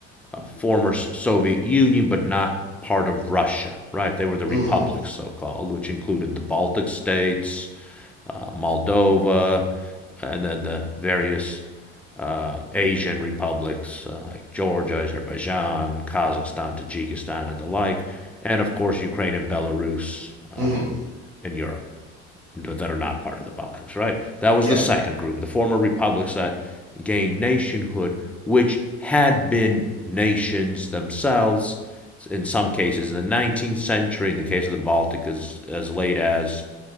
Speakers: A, in the centre; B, on the right.
A: uh, former Soviet Union, but not part of Russia, right? They were the republics,
B: Mm-hmm.
A: so called, which included the Baltic states, uh, Moldova, and then the various uh, Asian republics uh, like Georgia, Azerbaijan, Kazakhstan, Tajikistan, and the like, and of course Ukraine and Belarus
B: Mm-hmm.
A: in Europe that are not part of the Baltics, right? That was
B: Yeah,
A: the second group, the former republics that gained nationhood, which had been nations themselves in some cases in the 19th century, in the case of the Baltic, as, as late as